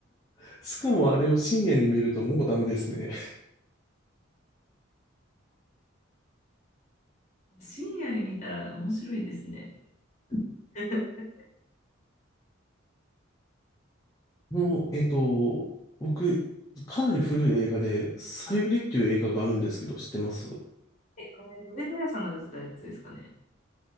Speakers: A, on the left; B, on the left.
A: <laughs> しかもあれを深夜に見るともうダメですね。
B: 深夜に見たら面白いですね。<laughs>
A: もう、
B: うんうん
A: えっと、僕、かなり古い映画で、サユリっていう映画があるんですけど、知ってます
B: え、あれ、上戸彩さんが出てたやつですかね。